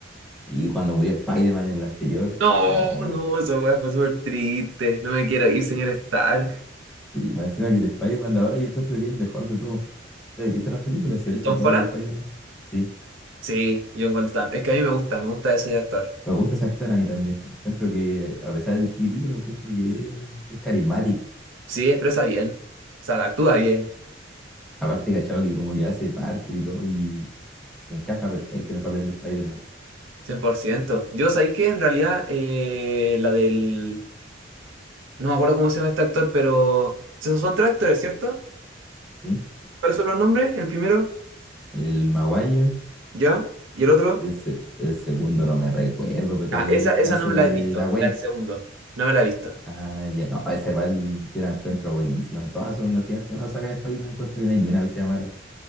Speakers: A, in the centre; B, on the right.
A: Y cuando murió Spider-Man en el anterior,
B: No,
A: oh,
B: no,
A: eh,
B: esa weá fue súper triste. No me quiero ir, señor Stark.
A: sí, más encima que el Spider-Man de ahora, yo encuentro que es el mejor de todos. ¿Has visto las películas, cierto?
B: ¿El Tom
A: Todas
B: Holland?
A: de Spider-Man. Sí,
B: Sí, yo encuentro también. Es que a mí me gusta, me gusta ese actor.
A: me gusta ese actor a mí también. Encuentro que, a pesar de ser chiquitito, lo encuentro que es, es carismático.
B: Sí, expresa bien. O sea, actúa bien,
A: Aparte, cachado, que como que hace parkour y todo, y encaja perfecto en el papel de Spider-Man.
B: cien por ciento Yo sabía que en realidad eh, la del... No me acuerdo cómo se llama este actor, pero... Esos son tres actores, ¿cierto?
A: ¿sí?
B: ¿Cuáles son los nombres? El primero,
A: El Maguire,
B: ya, y el otro.
A: el, se- el segundo no me recuerdo, pero
B: Ah,
A: es
B: esa,
A: el
B: esa
A: que hace
B: no me
A: la
B: la he
A: de
B: visto,
A: la Gwen.
B: la del segundo. No me la he visto.
A: Ah, ya, no, esa igual yo la encuentro buenísima. Todas son, al final, toda la saga de Spider-Man encuentro que no hay ni una que sea mala.